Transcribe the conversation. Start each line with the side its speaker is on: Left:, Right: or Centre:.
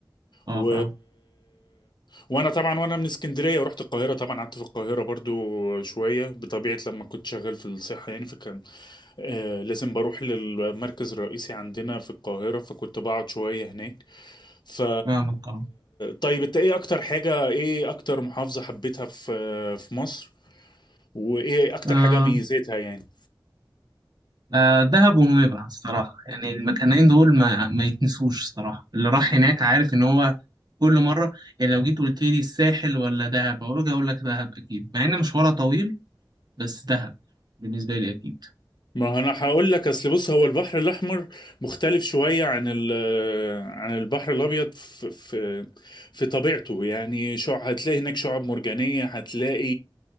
Right: اه
Left: و...
Right: فاهم
Left: وانا طبعا وانا من اسكندريه ورحت القاهره طبعا قعدت في القاهره برضو شويه بطبيعه لما كنت شغال في الصحه يعني فكان آه لازم بروح للمركز الرئيسي عندنا في القاهره فكنت بقعد شويه هناك ف
Right: فاهمك اه
Left: طيب انت ايه اكتر حاجه ايه اكتر محافظه حبيتها في في مصر وايه اكتر
Right: آه،
Left: حاجه ميزتها يعني
Right: آه، دهب ونويبع الصراحة يعني المكانين دول ما ما يتنسوش الصراحة اللي راح هناك عارف ان هو كل مرة يعني لو جيت قلت لي الساحل ولا دهب اقول لك اقول لك دهب اكيد مع ان مشوارها طويل بس دهب بالنسبة لي اكيد
Left: ما انا هقول لك اصل بص هو البحر الاحمر مختلف شويه عن ال- عن البحر الابيض في في في طبيعته يعني شع هتلاقي هناك شعاب مرجانيه هتلاقي